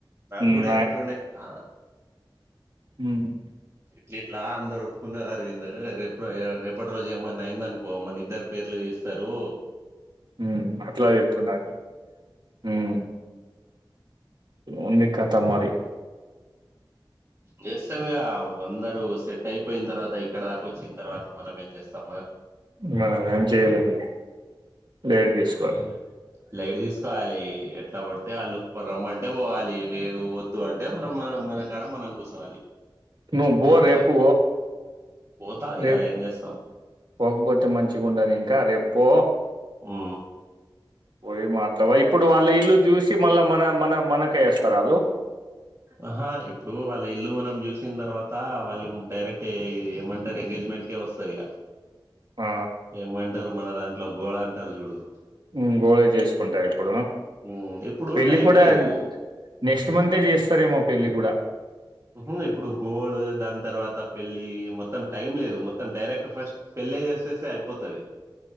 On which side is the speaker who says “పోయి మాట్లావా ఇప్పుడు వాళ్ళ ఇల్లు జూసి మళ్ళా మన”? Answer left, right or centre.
Right